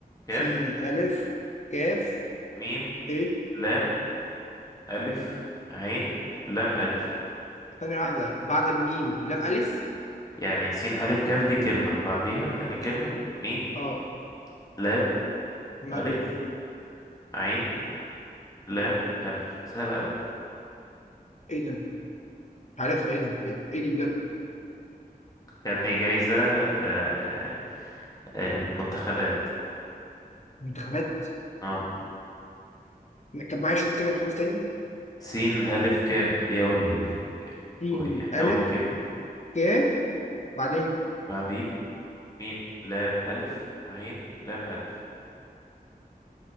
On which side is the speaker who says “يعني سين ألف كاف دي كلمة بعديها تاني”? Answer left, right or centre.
Left